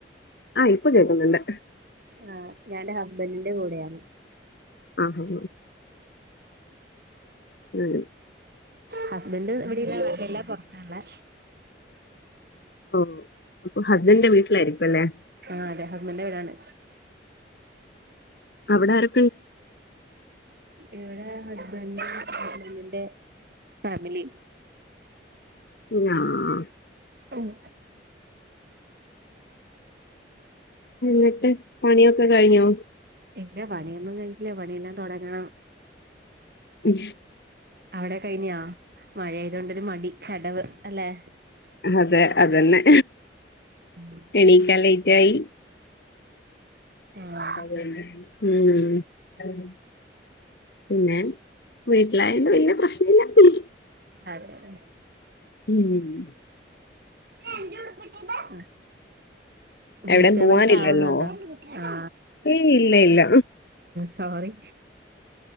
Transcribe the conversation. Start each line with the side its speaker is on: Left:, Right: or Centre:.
Left: ആ, ഇപ്പൊ, കേൾക്കുന്നുണ്ട്.
Right: ആ ഞാൻന്റെ, ഹസ്ബന്റിന്റെ കൂടെയാ.
Left: ആഹ് മം
Right: ഹസ്ബൻഡ് ഇവിടല്ലാ <unintelligible> പൊറത്ത ഉള്ളെ
Left: ഓ, അപ്പൊ, ഹസ്ബന്റിന്റെ വീട്ടിലായിരിക്കും, അല്ലേ.
Right: ആ, അതെ, ഹസ്ബന്റിന്റെ വീടാണ്.
Left: അവിടെ, ആരോ
Right: ഇവിടെ, ഹസ്ബൻഡ്, ഹസ്ബന്റിന്റെ. ഫാമിലി
Left: ഞാൻ <unintelligible>
Right: ഉം
Left: എന്നിട്ട്, പണിയൊക്കെ കഴിഞ്ഞോ.
Right: ഇല്ലാ, പണിയൊന്നും, കഴിഞ്ഞിട്ടില്ല പണിയെല്ലാം, തുടങ്ങണം.
Left: ഇഷ്
Right: അവിടെ, കഴിഞ്ഞാ, മഴ, ആയത് കൊണ്ടോരു, മടി, ചടവ്, അല്ലെ.
Left: അതെ, അതന്നെ.
Right: ഉം
Left: എണീക്കാൻ ലേറ്റ് ആയി
Right: ആഹ്
Left: മം പിന്നെ, വീട്ടിലായണ്ട്, വലിയ പ്രശ്നഇല്ലാണ്ട്, പോണ്.
Right: അതെയതെ
Left: ഉം
Right: ഇജ്ജ് എന്റെ ഉടുപ്പ് ഇട്ടത് <unintelligible>
Left: എവിടേം
Right: ഡിസ്റ്റർബൻസ്,
Left: പോവാനില്ലല്ലോ?
Right: ആവുന്നുണ്ടോ ആ.
Left: ഏയ് ഇല്ല ഇല്ല
Right: സോറി